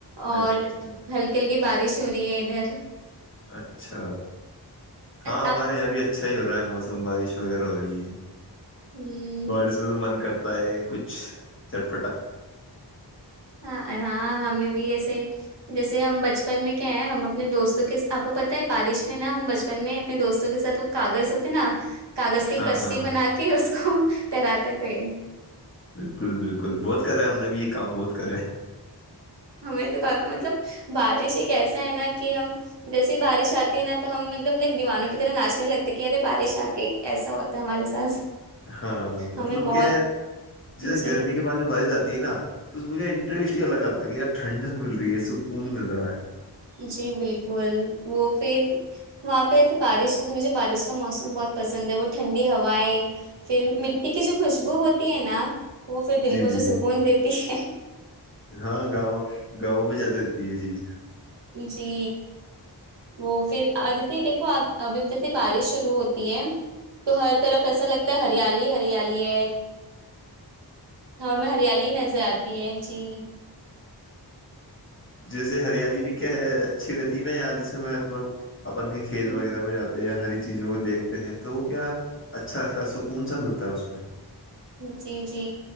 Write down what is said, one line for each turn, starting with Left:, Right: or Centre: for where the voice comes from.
Right: اور
Left: اچھا
Right: ہلکی ہلکی بارش چوری ہے ادھر
Left: اچھا
Right: اچ-
Left: ہاں ہمارے
Right: آپ
Left: یہاں بھی اچھا ہی ہو رہا ہے موسم تم بارش وغیرہ ہو رہی ہے
Right: ہ
Left: بارش میں تو من کرتا ہے کچھ چٹ
Right: ہاں ہمیں بھی ایسے جیسے ہم بچپن میں کیا ہے ہم اپنے دوستوں کے آپ کو پتہ ہے بارش میں نا ہم بچپن میں اپنے دوستوں کے ساتھ وہ کاغذ تھ نا کاغذ کی
Left: ہاں
Right: کشی
Left: ہاں
Right: بنا کے اس کو تراتے تھے
Left: بالکل بالکل بہت کرے ہم نے بھی یہ کام بہت کرے
Right: ہمیں تو مطلب بارش ہی کیسا ہے نا کہ ہم جیسے بارش آتی ہے نا تو ہم ایک دم لائک دیوانوں کی طرح ناچنے لگتے کہ ارے بارش آ گئی ایسا ہوتا ہے ہمارے ساتھ
Left: ہاں مطلب
Right: ہمیں بہت
Left: کیا ہے جیسے
Right: جی
Left: گرمی کے بعد جو بارش جاتی تی نا تو اس م انٹرسٹ ہی الگ آتا کہ یار ٹھنڈک مل رہی ہے سکون مل رہا ہے
Right: جی بالکل وہ پھر وہاں پہ ایسے بارش مجھے بارش کا موسم بہت پسند ہے وہ ٹھنڈی ہویں پھر مٹی کی جو خوشبو ہوتی ہے نا وہ پھر دل
Left: جی
Right: کو جو
Left: جی
Right: سکون دیتی ہے
Left: ہاں گاؤں گاؤں میں زیادہ رہتا یہ چیز
Right: جی وہ پھر جیسے دیکھو آپ ابھی جیسے بارش شروع ہوتی ہے تو ہاں طراف ایسا لگتا ت ہریالی ہریالی ہے ہاں میں ہریالی ہی نظرت تینچی
Left: جیسے ہریالی بھی کیا ہے اچھی رہتی ہے نا یا جیسے میں مطلب اپن ک خل
Right: ہوں،
Left: وغیرہ میں جات ہری چیزوں کو دیکھتے ہیں تو وہ کیا اچھا لگتا ہے سکون سا ملتا ہے اس میں
Right: جی جی